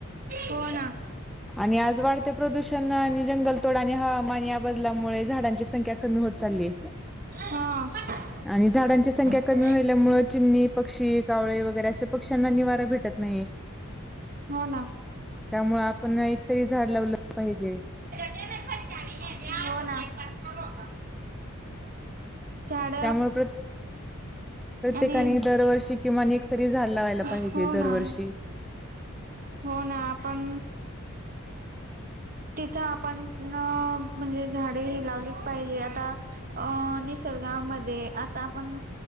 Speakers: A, on the right; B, in the centre.
A: हो ना,
B: आणि आज वाढते, प्रदूषण आणि जंगल, थोडाने हवामान या बदलामुळे, झाडांची संख्या कमी होत चालली.
A: हा
B: आणि झाडांची संख्या कमी
A: हो
B: व्हाल्यामुळेळ, चिमणी पक्षी कावळे वगैरे, अशा पक्ष्यांना निवारा भेटत नाहीये. <inaudible>
A: हो ना
B: त्यामुळे आपण एकतरी झाड लावलं पाहिजे
A: फटक्या नाहीो झाड
B: त्यामुळे प्र प्रत्येकाने
A: आणि
B: दरवर्षी किंवा एक तरी झाड लावायला पाहिजे
A: हो
B: दरवर्षी
A: ना हो ना आपण तिथं आपण म्हणजे झाडे ह लावलीच पाहिजे आता अ निसर्गामध्ये आता आपण